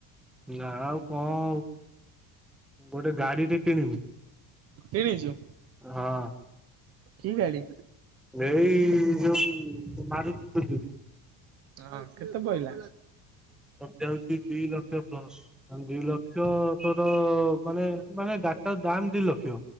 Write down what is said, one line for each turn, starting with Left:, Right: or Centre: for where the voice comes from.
Centre: ନାଁ ଆଉ କଣ ଆଉ ଗୋଟେ ଗାଡି ଟେ କିଣିବୁ।
Right: କିଣିଛୁ?
Centre: ହଁ।
Right: କି ଗାଡି?
Centre: ଏଇ ଯୋଉ ମାରୁତୀ ସୁଜୁକି।
Right: ହଁ କେତେ ପଇଲା?
Centre: ଟ ହଉଛି ଦି ଲକ୍ଷ ପ୍ଲସ ଦି ଲକ୍ଷ ତୋର ମାନେ ମାନେ ଗାଦିଟା ଦାମ ଦି ଲକ୍ଷ।